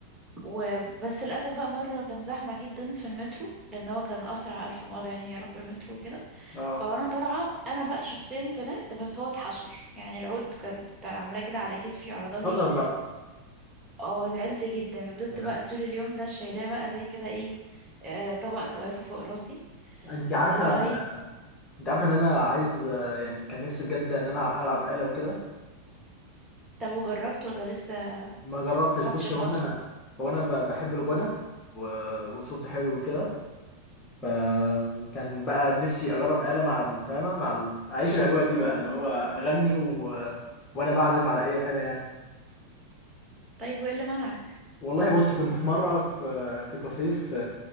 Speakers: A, on the right; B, on the left.
A: وبس للأسف بقى مرة كان زحمة جدا في المترو لأن هو كان أسرع ألف مرة يعني إني أروح بالمترو وكده
B: اه
A: فأنا طالعة أنا بقى شخصيا طلعت بس هو اتحشر يعني العود كان عاملاه كده على كتفي وعلى ظهري
B: اتكسر بقى
A: اه زعلت جدا فضلت
B: للاسف
A: بقى طول اليوم ده شايلاه بقى زي كده ايه آه طبق جوافة فوق راسي
B: انت عارفة
A: لغاية
B: انت عارفة ان انا عايز آه، يعني كان نفسي بجد ان انا العب آلة وكده
A: طب وجربت ولا لسه
B: ما جربتش
A: خدتش
B: بصي
A: الخطوة
B: هو انا هو انا ب- بحب الغنى و- والصوت حلو وكده فكان بقى نفسي اجرب آلة مع الفاهمة مع ال- اعيش الاجواء دي بقى اللي هو اغني و... وانا بعزف على اي آلة يعني
A: طيب وإيه اللي منعك؟
B: والله بص كنت في مرة في في كافيه في